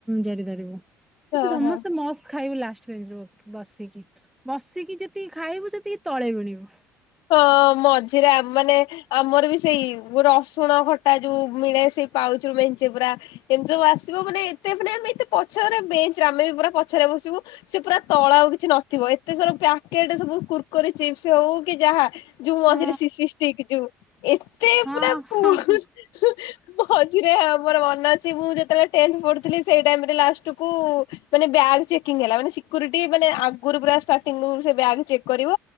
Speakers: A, in the centre; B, on the left.
A: ଜରି ଧରିବୁ।
B: ହଁ
A: ସମସ୍ତେ
B: ହଁ
A: ମସ୍ତ ଖାଇବୁ ଲାଷ୍ଟ। <unintelligible> ବସିକି, ବସିକି ଯେତିକି ଖାଇବୁ ସେତିକି ତଳେ ବୁଣି ହ।
B: ହଁ ମଝିରେ ଆମେମାନେ ଆମର ବି ସେଇ ରସୁଣ ଖଟା ଯୋଉ ମିଳେ ସେଇ ପାଉଚ ମେଞ୍ଚେ ପୁରା ଏମିତି ସବୁ ଆସିବ ମାନେ ଏତେ ମାନେ ଆମେ ଏତେ ପଛରେ ବେଞ୍ଚରେ ଆମେ ବି ପୁରା ପଛରେ ବସିବୁ ସେ ପୁରା ତଳ ଆଉ କିଛି ନଥିବ ଏତେ ସାରା ପ୍ୟାକେଟ ସବୁ କୁୁରକୁରି ଚିପ୍ସ ହଉ କି ଯାହା ଯୋଉ ମଝିରେ
A: ହଁ
B: <unintelligible> ଷ୍ଟିକ୍ ଯୋଉ ଏତେ
A: ହଁ
B: ପୁରାୁ
A: ହଁ
B: <unintelligible>
A: ହଁ।
B: ମଝିରେ ଆମର ମନେ ଅ ମୁଁ ଯେତେବେଳେ ତେନ୍ଥ ପଢୁଥିଲି ସେ ଟାଇମ୍ ରେ ଲାଷ୍ଟ କୁ ସେମାନେ ବ୍ୟାଗ୍ ଚେକିଙ୍ଗ ହେଲା ମାନେ ସେକ୍ୟୁରିଟୀ ମାନେ ଆଗରୁ ପୁରା ଷ୍ଟାର୍ଟିଂ ରୁ ସେ ବ୍ୟାଗ୍ ଚେକ୍ କରିବ